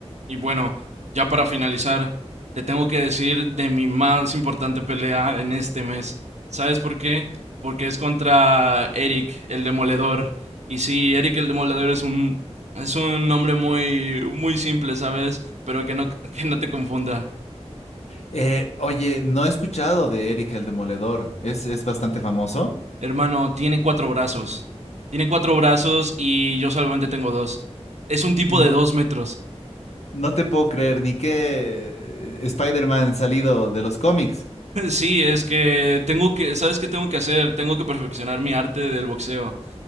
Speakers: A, on the right; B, on the left.
A: Y bueno, ya para finalizar, te tengo que decir de mi más importante pelea en este mes. ¿Sabes por qué? Porque es contra Eric, el demoledor. Y sí, Eric el demoledor es un es un nombre muy muy simple, ¿sabes? Pero que no <laughs> que no te confunda.
B: Eh, oye, no he escuchado de Eric el Demoledor. Es, es bastante famoso.
A: Hermano, tiene cuatro brazos. Tiene cuatro brazos y yo solamente tengo dos. Es un tipo
B: N-
A: de dos metros. <laughs>
B: no te puedo creer ni que eh, Spider-Man salido de los cómics.
A: Sí, es que tengo que, ¿sabes qué tengo que hacer? Tengo que perfeccionar mi arte del boxeo.